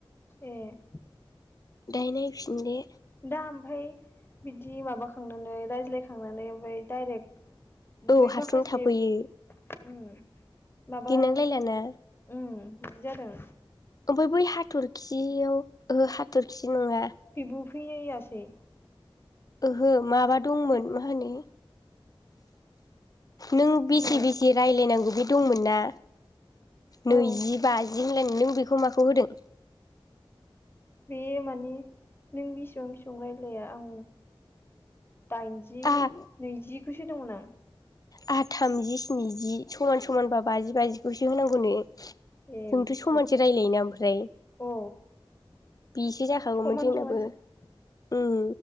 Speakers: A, on the left; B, on the left.
A: एह।
B: दायो नायफिन दे।
A: दा ओमफाय बिदि माबाखांनानै रायज्लायखांनानै ओमफाय डायरेक्ट
B: औ
A: बै
B: हारसिं
A: माखासे
B: थाफैयो
A: ओम माबा
B: लिरनांलायलाना
A: ओम इदि जादों
B: ओमफ्राय बै हाथरखियाव ओहो हाथरखि बिदि नङा
A: बेबो फैयासै।
B: ओहो
A: हाथरखियाबो
B: माबा दंमोन, मा होनो? नों बेसे
A: माया
B: बेसे रायज्लायनांगौ बे दंमोन ना? नैजि
A: औ
B: बाजि होनलायनाय नों बेखौ माखौ होदों?
A: बेयो माने नों बेसिबां बेसिबां रायलाया आं दाइनजि
B: आहा
A: नैजिखौसो होदोंमोन आं।
B: आहा थामजि स्निजि समान समानबा बाजि बाजिखौसो होनांगौनो। जोंथ'
A: ए बिदिसो
B: समानसो रायजलायोना ओमफ्राय?
A: औ
B: बिसो जाखागौमोन
A: समान
B: जोंनाबो।
A: समान
B: ओम।